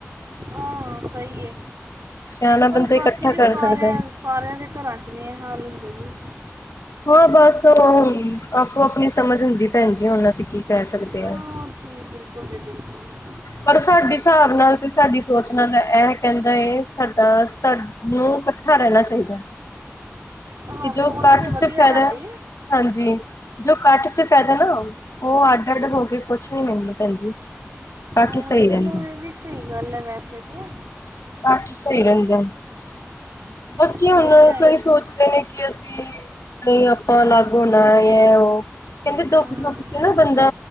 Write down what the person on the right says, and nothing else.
ਹਾਂ ਸਹੀ
ਪਰ
ਬਾਕੀ
ਜੀ
ਸਾਰਿਆਂ
ਸਾਰਿਆਂ ਦੇ ਘਰਾਂ 'ਚ ਨਹੀਂ ਇਹ ਹੱਲ ਹੁੰਦੇ ਜੀ
ਔਰ
ਕੀ ਬਿਲਕੁਲ ਜੀ ਬਿਲਕੁਲ
ਹਾਂ
ਸੋਚ
ਤੇ ਵਧੀਆ
ਤੁਹਾਡੀ
ਹੂੰ
ਚਲੋ,
ਏ ਵੀ ਸਈ ਗੱਲ ਐ ਵੈਸੇ ਤੇ।
ਉਹ
ਤੇ ਹੈ
ਹੀ
ਹੈ ਜੀ
ਹਾਂ